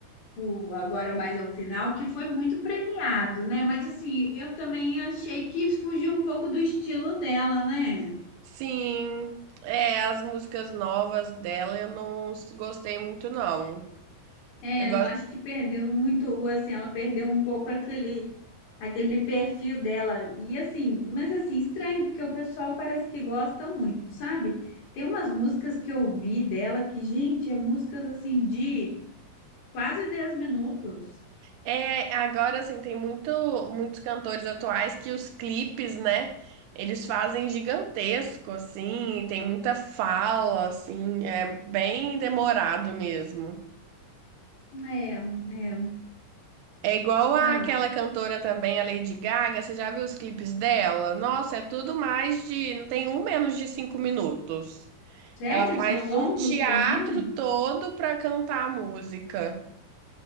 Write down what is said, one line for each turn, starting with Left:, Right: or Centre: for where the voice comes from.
Left: pro- agora mais ao final que foi muito premiado, né? Mas assim, eu também achei que fugiu um pouco do estilo dela, né?
Right: Sim, é, as músicas novas dela eu não s- gostei muito, não.
Left: É,
Right: Eu gosto...
Left: eu acho que perdeu muito, assim, ela perdeu um pouco aquele aquele perfil dela. E assim, mas assim, estranho, porque o pessoal parece que gosta muito, sabe? Tem umas músicas que eu ouvi dela que, gente, é músicas assim de quase 10 minutos.
Right: É, agora, assim, tem muito, muitos cantores atuais que os clipes, né, eles fazem gigantesco, assim, tem muita fala, assim, é bem demorado mesmo.
Left: É, é.
Right: É igual àquela
Left: Ah,
Right: cantora também, a Lady Gaga, você já viu os clipes dela? Nossa, é tudo mais de, não tem um menos de cinco minutos.
Left: sério?
Right: Ela faz
Left: São longos
Right: um teatro
Left: também?
Right: todo pra cantar a música.